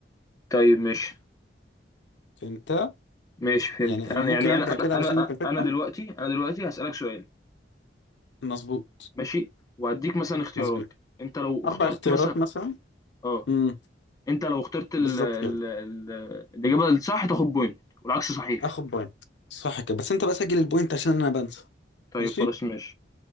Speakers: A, on the left; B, on the left.
A: طيب ماشي
B: فهمت
A: ماشي فهمت
B: يعني
A: انا
B: انا ممكن
A: يعني
B: ابدا
A: انا انا
B: كده
A: انا
B: علشان انت تفهم
A: انا دلوقتي انا دلوقتي هسألك سؤال
B: مظبوط
A: ماشي وهديك مثلا اختيارات
B: مظبوط
A: انت لو اخترت
B: اربع اختيارات
A: مثلا
B: مثلا
A: اه
B: امم
A: انت لو اخترت ال...
B: بالظبط
A: ال...
B: كده
A: ال... الاجابه الصح تاخد بوينت والعكس صحيح
B: اخد بوينت صح كده بس انت بقى سجل البوينت عشان انا بنسى
A: طيب
B: ماشي
A: خلاص ماشي